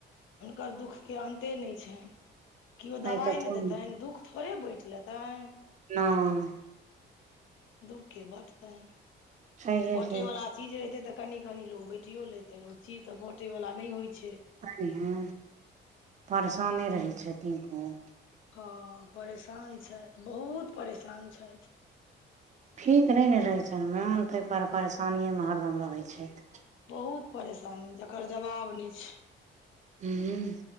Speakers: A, on the left; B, on the right.
A: हुनकर दुःखके अन्ते नहि छनि केओ दबाइ
B: तऽ कोन
A: नहि देतन दुःख थोड़े बैठि लेतन
B: न
A: दुःखे कै बाट पै ने
B: छैहे
A: बाँटयवला
B: कि
A: चीज रहितै तऽ कनि-कनि लोक बाँटियो लेतै ओ चीज तऽ बाँटयवला नहि होइत छै।
B: अइ हे परेशाने रहै छथिननक
A: ह परेशान छैथ बहुत परेशान छैथ
B: ठीक नहि ने रहै छनि मोन ताहिपर परेशानिेमे हरदम रहै छैथ
A: बहुत परेशानी जकर जवाब न छै।
B: हूँ